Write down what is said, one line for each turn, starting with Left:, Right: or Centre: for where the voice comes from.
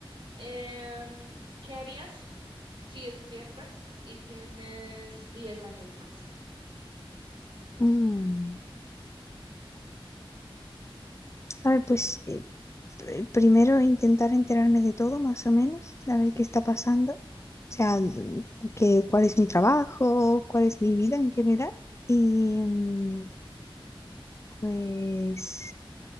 Right: em, ¿qué harías si despiertas y tienes 10 años más?
Left: Mm, A ver, pues eh, p- primero intentar enterarme de todo, más o menos, a ver qué está pasando. O sea, mm, que, cuál es mi trabajo, cuál es mi vida en general. Y mm, pues